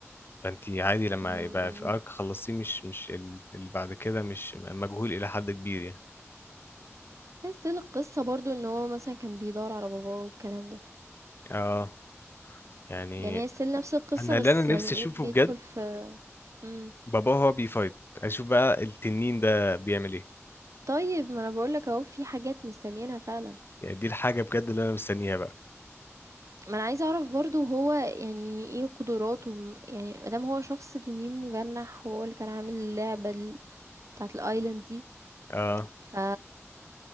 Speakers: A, on the left; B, on the right.
A: فانت عادي لما
B: امم
A: يبقى في ارك خلصتيه مش مش ال- اللي بعد كده مش مجهول الى حد كبير يعني
B: ستيل القصة برضو ان هو مثلا كان بيدور على باباه والكلام ده
A: اه يعني
B: يعني هي ستيل نفس القصة
A: انا اللي
B: بس
A: انا نفسي
B: يعني ايه
A: اشوفه
B: بيدخل
A: بجد
B: في مم.
A: بابا هو بيفايت اشوف بقى التنين ده بيعمل ايه
B: طيب ما انا بقولك اهو في حاجات مستنيينها فعلا
A: يعني دي الحاجة بجد اللي أنا مستنيها بقى
B: ما انا عايزه اعرف برضو هو يعني ايه قدراته م- يعني مادام هو شخص تنين مجنح وهو اللي كان عامل اللعبه ال- بتاعه الايلاند دي
A: اه
B: ف